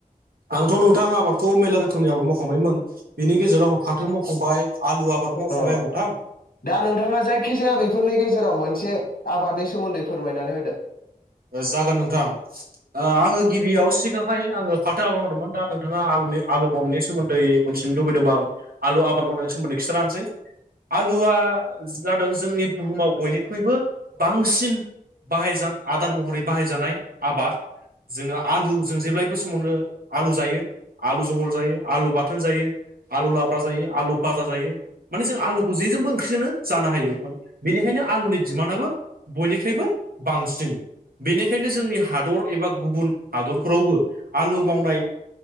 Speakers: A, on the right (about 80°); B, on the left (about 80°).
A: आंथ' नोंथां आबादखौ मेरला रोखोमनि आबाद मावखांबायमोन बिनि गेजेराव आं फाथो मावखांबाय। आलु आबाद मावखांबाय
B: दा
A: आं नोंथां
B: नोंथाङा जायखि। जखि जाया बेफोरनि गेजेराव मोनसे आबादनि सोमोन्दै फोरमायनानै होदो।
A: जागोन नोंथां आङो गिबियाव सिगांहाय आङो फाथो आबाद मावदोंमोन दा नोंथाङा। आलुनि आलु मावनायनि सोमोन्दै मिथिनो लुबैदोंमोन आं आलु आबाद मावनायनि सोमोन्दै खिथानोसै। आलुआ जादों जोंनि बुहुमाव बयनिख्रुइबो बांसिन। बाहायज आदार महरै बाहायजानाय आबाद। जोङो आलु जों जेब्लायबो समावनो आलु जायो आलु जहल जायो आलु बाथोन जायो। आलु लाफ्रा जायो आलु भाजा माने जों आलुखौ जेजोंबो ओंख्रि जोंनो जानो हायो बेनिखायनो आलुनि दिमानाबो बयनिख्रुइबो बांसिन। बेनिखायनो जोंनि हादर एबा गुबुन हादरफोरावबो आलु मावनाय।